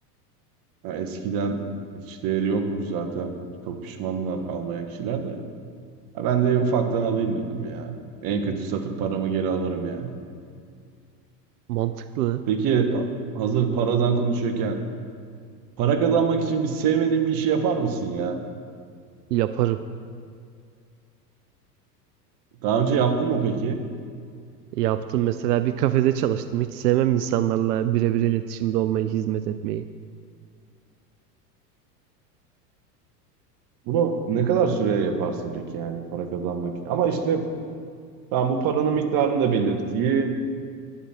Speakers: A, on the right; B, on the right.
A: Ya eskiden hiç değeri yokmuş zaten. Çok pişmanlar almayan kişiler de. Ya ben de ufaktan alayım dedim ya. En kötü satıp paramı geri alırım yani.
B: Mantıklı.
A: Peki ha- hazır paradan konuşuyorken para kazanmak için bir sevmediğin bir işi yapar mısın ya?
B: Yaparım.
A: Daha önce yaptın mı peki?
B: Yaptım mesela bir kafede çalıştım. Hiç sevmem insanlarla birebir iletişimde olmayı, hizmet etmeyi.
A: Bunu ne kadar süreye yaparsın peki yani para kazanmak? Ama işte ben bu paranın miktarını da belirteyim.